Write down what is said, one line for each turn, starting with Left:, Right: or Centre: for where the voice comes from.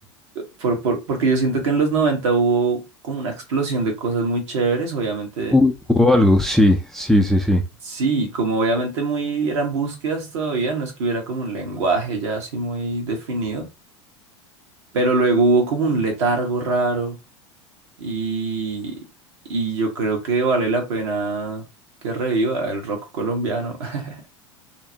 Right: por, por- porque yo siento que en los 90 hubo como una explosión de cosas muy chéveres, obviamente.
Centre: Hu- Hubo algo, sí, sí, sí, sí.
Right: Sí, como obviamente muy eran búsquedas todavía, no es que hubiera como un lenguaje ya así muy definido, Pero luego hubo como un letargo raro y, y yo creo que vale la pena que reviva el rock colombiano. <laughs>